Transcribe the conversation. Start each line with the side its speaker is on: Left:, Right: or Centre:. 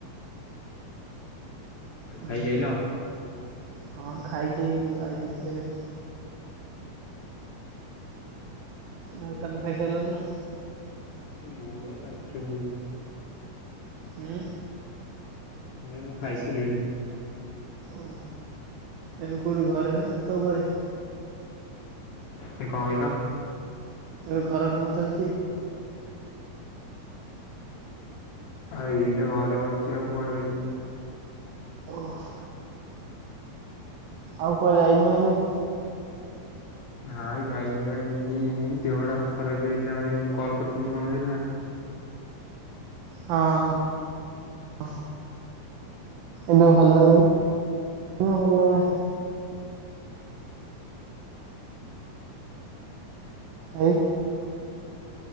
Left: ଭାଇ
Right: ହଁ।
Left: ଖାଇକି ଆଇଲ?
Right: ହଁ ଖାଇକି ଆଇଲିି ଏବେ। ଭାଇ ତୋମେ ଖାଇସାଇଲଣି ନା?
Left: ହେ ମୁଁ ଏ <unintelligible>
Right: ହୁଁ।
Left: ହଁ ଏ ମୁଁ ଖାଇସାରଲିଣି।
Right: ଓ, ଏବେ କୋଉଠି ଘରେ ନା ଛାତ ଉପରେ?
Left: ଏ କଣ କହିଲ?
Right: ଏ ଘର କାମ ଚାଲିଚି?
Left: ଆଉ ଏଇ ତ ଘରେ ବସିଛି ଆଉ କୁଆଡେ ଭାଇ ଯିମି।
Right: ଓଃ, ଆଉ କୁଆଡେ ଯାଇନ ଏବେ?
Left: ନାଇ ଯାଇନି ପା ଏଇ ମୁଭି ମୁଇଁ ଦେହ ଟା ଖରାପ ହେଇ ହେଇଥିଲା ଭାଇ ରେ ମୁଁ କଲ୍ କରିଥିନି କହୁ ନଥିଲି ନା।
Right: ହଁ, ହଁ। ଏବେ ଭଲ ଲାଗୁଛି ନା ଭଲ ଲାଗୁନି? <unintelligible>